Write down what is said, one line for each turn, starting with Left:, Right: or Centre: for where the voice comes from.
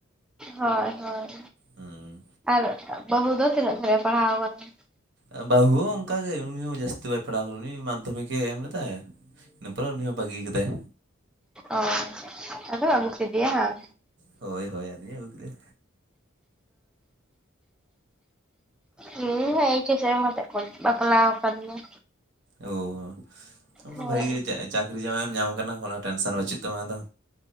Centre: ᱦᱳᱭ ᱦᱳᱭ
Right: ᱦᱩᱸ
Centre: ᱟᱨ ᱵᱟᱹᱦᱩ ᱫᱚ ᱛᱤᱱᱟᱹᱜ ᱫᱷᱟᱨᱤᱡ ᱮ ᱯᱟᱲᱦᱟᱣ ᱟᱠᱟᱱᱟ?
Right: ᱮᱸ ᱵᱟᱹᱦᱩ ᱦᱚᱸ ᱚᱱᱠᱟ ᱜᱮ ᱩᱱᱤ ᱦᱚᱸ ᱡᱟᱹᱥᱛᱤ ᱵᱟᱭ ᱯᱟᱲᱦᱟᱣ ᱠᱟᱱᱟ ᱩᱱᱤ ᱢᱟᱫᱽᱫᱷᱚᱢᱤᱠ-ᱮ ᱮᱢ ᱞᱮᱫᱟ, ᱤᱱᱟ ᱯᱚᱨᱮ ᱩᱱᱤ ᱦᱚᱸ ᱵᱟᱺᱜᱤ ᱟᱠᱟᱫᱟᱭ᱾
Centre: ᱚ ᱟᱫᱚ ᱟ. ᱜᱩ ᱠᱮᱫᱮᱭᱟᱢ?
Right: ᱦᱳᱭ ᱦᱳᱭ ᱟᱫᱩᱧ ᱟ. ᱜᱩ ᱠᱮᱫᱮᱭᱟ᱾
Centre: ᱚᱸ᱾ ᱤᱧ ᱦᱚᱸ ᱮᱭᱤᱪ ᱮᱥ ᱮᱢ ᱠᱟᱛᱮᱫ ᱠᱚ ᱵᱟᱯᱞᱟᱣ ᱟᱠᱟᱫᱤᱧᱟ᱾
Right: ᱚ ᱟᱢᱫᱚ
Centre: ᱦᱳᱭ
Right: ᱵᱷᱟᱜᱮ ᱜᱮ ᱪᱟᱹᱠᱨᱤ ᱡᱟᱸᱣᱟᱭ ᱮᱢ ᱧᱟᱢ ᱠᱟᱱᱟ ᱠᱳᱱᱳ ᱴᱮᱱᱥᱟᱱ ᱵᱟᱹᱪᱩᱜ ᱛᱟᱢᱟ ᱟᱫᱚ᱾